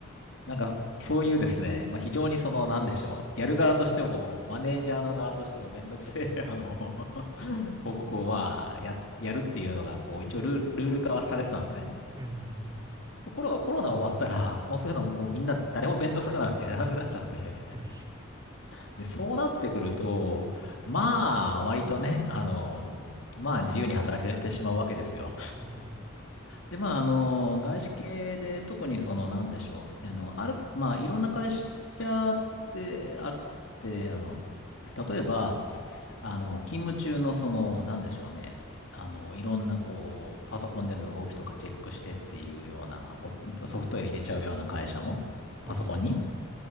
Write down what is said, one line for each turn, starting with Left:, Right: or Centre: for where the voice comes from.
Left: なんか、
Right: うん
Left: そういうですね、まあ、非常にその、なんでしょう、やる側としても、マネージャーの側としてもめんどくせえ、<laughs> あの報告をまあ、や、やるっていうのが、こう、一応ルール、ルール化はされてたんですね。
Right: うん
Left: ところがコロナ終わったら、<laughs> もうそういうのもうみんな誰もめんどくさくなってやらなくなっちゃって。
Right: うん。うん
Left: <laughs> で、そうなってくると、まあ、割とね、あの、まあ自由に働けてしまうわけですよ。
Right: うんうん。
Left: で、まあ、あの、外資系で特にその、なんでしょう。あの、ある、まあ、いろんな会社ってあって、あの、例えば、あの、勤務中のその、なんでしょうね。あの、いろんなこう、パソコンでの動きとかチェックしてっていうようなこ、ソフトウェア入れちゃうような会社も、
Right: ああ、
Left: パソコンに
Right: そうなんや。